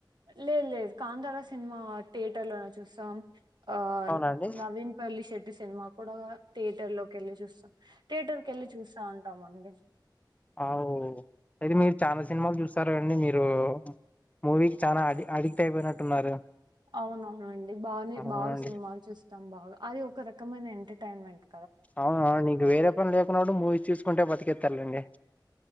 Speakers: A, on the right (about 65°); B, on the left (about 20°).
A: లేదు లేదు కాంతారా సినిమా థియేటర్ లోనే చూస్త తమ్ అ
B: అవునా అండి
A: నవీన్ పల్లి శెట్ టే సినిమా కూడా థియేటర్ లోకి వెళ్ళి చూస్తాం థియేటర్ కి వెళ్ళి చూస్తా ఉంటాం అండి
B: అవును ఇది మీరు చాలా సినిమాలు చూస్తారు అండి మీ రు మూవీకి చానా అ అడిక్ట్ అయిపోయినట్టున్నారు
A: అవునవునండి బానే
B: అవునండి
A: బాగా సినిమాలు చూస్తాం బాగా అది ఒక రకమైన ఎం టటైన్మెంట్
B: అవునవును నీకు వేరే పని లేకున్న కూడ మూవీస్ చూసుకుంట బతికెత్తార్లేండి